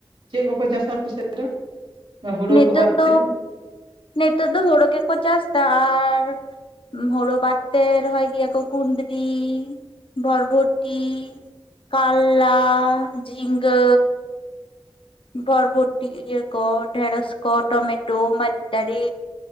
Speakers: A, on the right (about 65°); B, on the left (about 70°).
A: ᱪᱮᱫ ᱠᱚᱠᱚ ᱪᱟᱥᱟ ᱟᱯᱮ ᱥᱮᱫ ᱫᱚ? ᱦᱩᱲᱩ
B: ᱱᱤᱛᱳᱜ
A: ᱠᱚ ᱵᱟᱫ
B: ᱫᱚ
A: ᱛᱮ?
B: ᱱᱤᱛᱳᱜ ᱫᱚ ᱦᱩᱲᱩ ᱜᱮᱠᱚ ᱪᱟᱥ ᱫᱟ ᱟᱨ ᱦᱳᱲᱳ ᱵᱟᱫ ᱛᱮ ᱨᱚᱦᱚᱭ ᱜᱮᱭᱟᱠᱚ ᱠᱩᱸᱫᱽᱨᱤ ᱵᱚᱨᱵᱚᱴᱤ ᱠᱟᱞᱞᱟ ᱡᱷᱤᱸᱜᱟᱹ ᱵᱚᱨᱵᱚᱴᱤ ᱤᱭᱟᱹ ᱠᱚ ᱰᱷᱮᱸᱲᱚᱥ ᱠᱚ ᱴᱚᱢᱮᱴᱳ, ᱢᱟᱛᱤᱪ ᱫᱟᱲᱤ